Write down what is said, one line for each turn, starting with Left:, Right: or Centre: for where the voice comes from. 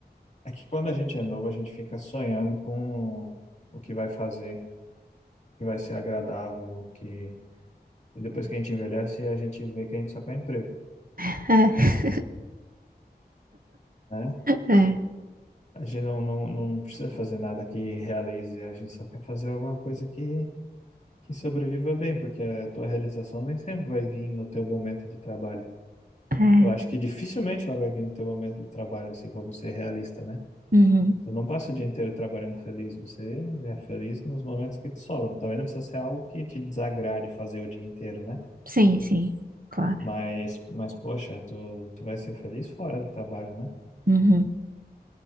Left: É que quando a gente é novo, a gente fica sonhando com o que vai fazer. que vai ser agradável, que e depois que a gente envelhece, a gente vê que a gente só quer emprego,
Right: <laughs>
Left: né?
Right: É, é,
Left: A gente não, não, não precisa fazer nada que realize, a gente só quer fazer alguma coisa que, que sobreviva bem, porque a tua realização nem sempre vai vir no teu momento de trabalho.
Right: é.
Left: Eu acho que dificilmente ela vai vir no teu momento de trabalho, assim, vamos ser realista, né?
Right: Uhum.
Left: Você não passa o dia inteiro trabalhando feliz, você é feliz nos momentos que te sobram. Também não precisa ser algo que te desagrade fazer o dia inteiro, né?
Right: Sim, sim, claro.
Left: Mas, mas poxa, tu, tu vai ser feliz fora do trabalho, né?
Right: Uhum.